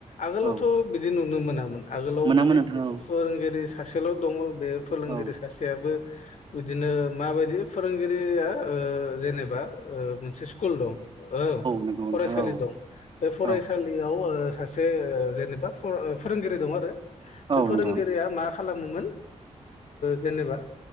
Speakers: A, on the left (about 85°); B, on the right (about 45°).
A: आगोलावथ'
B: औ
A: बिदि नुनो मोनामोन आगोलाव
B: मोनामोन
A: माने
B: नोंथां
A: बिदि
B: औ
A: फोरोंगिरि सासेल' दङ बे फोरोंगिरि
B: औ
A: सासेयाबो बिदिनो माबायदि फोरोंगिरिया ओ जेनेबा ओ मोनसे स्कुल दं औ
B: नंगौ नोंथां
A: फरायसालि
B: औ
A: दं बे फरायसालि
B: औ
A: याव आरो सासे जेनेबा फ-फोरोंगिरि दं आरो बे
B: औ
A: फोरोंगिरिया
B: नोंथां
A: मा खालामोमोन। जेनेबा